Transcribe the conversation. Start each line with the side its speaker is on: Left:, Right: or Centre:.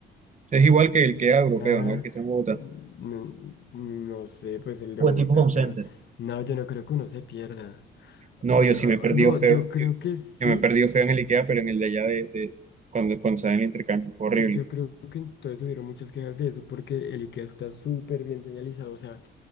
Right: Es igual que el IKEA europeo,
Left: Ah,
Right: ¿no? El que está en Bogotá.
Left: no, no sé, pues el de
Right: Pues
Left: Bogotá
Right: tipo home
Left: está.
Right: center.
Left: No, yo no creo que uno se pierda.
Right: No, yo sí
Left: Ah,
Right: me he perdido
Left: No,
Right: feo.
Left: yo creo
Right: Yo,
Left: que sí.
Right: yo me he perdido feo en el IKEA, pero en el de allá de, de cuando, cuando sale el intercambio. Fue
Left: Yo,
Right: horrible.
Left: yo creo que entonces hubieron muchas quejas de eso porque el IKEA está súper bien señalizado. O sea,